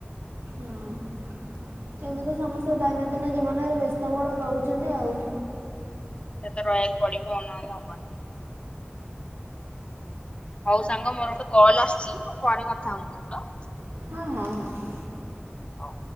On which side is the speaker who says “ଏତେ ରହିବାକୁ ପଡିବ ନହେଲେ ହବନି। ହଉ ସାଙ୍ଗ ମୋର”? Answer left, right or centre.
Left